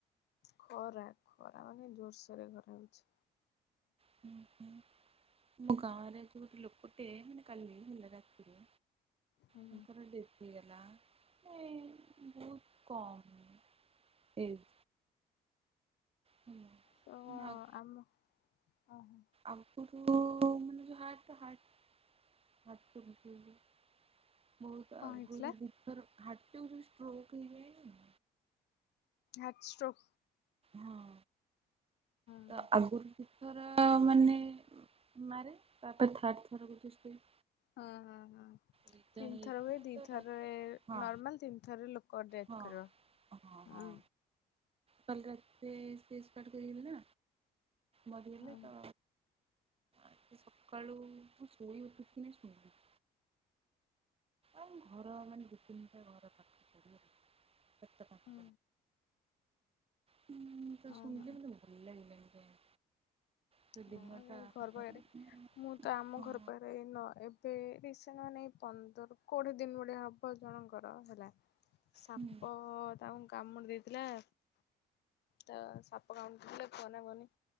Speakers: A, on the left (about 75°); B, on the right (about 35°).
A: ଖରା ଖରା ମାନେ ଜୋରସୋରରେ ଖରା ହଉଛି।
B: ହୁଁ ହୁଁ। ଆମ ଗାଁରେ ଏଠି ଗୋଟେ ଲୋକ ଟେ ମାନେ କାଲି ହେଲା ରାତିରେ
A: ହୁଁ
B: ତାଙ୍କର ଡେ ହେଇଗଲା <unintelligible> ବହୁତ୍ କମ୍ ଏଜ୍। ହେଲା।
A: ତ
B: ମାନେ
A: କଣ
B: ଆଗ
A: ଆମ। ଓହୋ
B: ଆଗରୁ ମାନେ ଯୋଉ ହାଟ ହାଟ। ହାଟ ଚୋକ <unintelligible> ବହୁତ
A: କଣ
B: ଆଗରୁ
A: ହେଇଥିଲା
B: ଦି ଥର ହାର୍ଟ ଚୋକ ଯୋଉ ଷ୍ଟ୍ରୋକ୍ ହେଇଯାଏନି।
A: Heart stroke.
B: ହଁ ତ
A: ହୁଁ
B: ଆଗରୁ ଦି ଥର ମାନେ ମାରେ ତାପରେ ଥାର୍ଡ଼ ଥରକୁ <inaudible>
A: ହଁ ହଁ ହଁ।
B: ଏଇଟା
A: ତିନିଥର
B: ହେଇଥିଲା
A: ହୁଏ ଦିଥରରେ
B: ତ ହଁ
A: ନର୍ମାଲ ତିନି ଥରରେ ଲୋକ ଡେଥ
B: ହଁ।
A: କରିବ।
B: ହଁ
A: ହୁଁ।
B: ହଁ। କାଲି ରାତି ସେ ଏକ୍ସପାଟ କରିଗଲେ ନା ମରିଗଲେ
A: ହଁ
B: ତ। ଏଇ ସକାଳୁ ମୁଁ ଶୋଇ ଉଠୁଥୁନେ <unintelligible> ଆଉ ଘର ମାନେ ଦିଇ ତିନଟା ଘର ପାଖା <inaudible> ସାତଟା।
A: ହଁ।
B: ହଁ ମୁଁ ତ
A: ହଁ
B: ଶୁଣିଲି
A: ହଁ।
B: ମତେ ଭଲ ଲାଗିଲାନି କାଇଁ। ସେ ଦିନଟା
A: ହଁ ଏ ଘର
B: ମାନେ
A: ପାଖରେ ମୁଁ ତ ଆମ
B: ହଁ
A: ଘର ପାଖରେ ଏ ନ ଏ ବେ ରିସେଣ୍ଟ ମାନେ ଏଇ ପନ୍ଦର କୋଡ଼ିଏ ଦିନ ଭଳିଆ ହ ବ ଜଣଙ୍କର ହେଲା ସାପ
B: ହୁଁ
A: ତାଙ୍କୁ କାମୁଡ଼ି ଦେଇଥିଲା ତ ସାପ କାମୁଡ଼ି ଦେଇଥିଲା କୁହନା କୁହନି